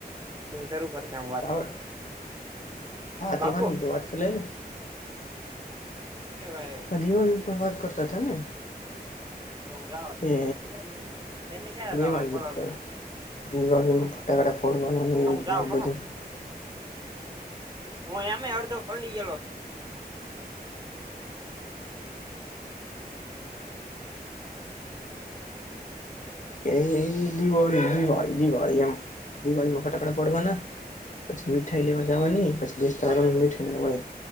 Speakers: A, on the right; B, on the left.
A: તું શુંરૂ કર કામ વ
B: તાવળ હા
A: બાપુ
B: તેવાનને તો વાત કરી લે ની
A: કેવાય
B: દિવાળી ઉપર વાત કરતા હતા ને?
A: તો હું જાવા
B: કે
A: દાવ તમે ક્યા
B: દિવાળી
A: જાવ હો પલ
B: ઉપર દિવાળીમાં ફટાકડા ફોડવાનું એ રીતના
A: જાઉં ખમો
B: બધું
A: હું એમે અડધો પલ્લી ગેલો છું.
B: એ એ દિવાળી દિવાળી દિવાળી એમ દિવાળીમાં ફટાકડા ફોડવાના. પછી મીઠાઈ લેવા જવા ની, પછી બેતા
A: હાલ્યો તો.
B: મીઠાઈ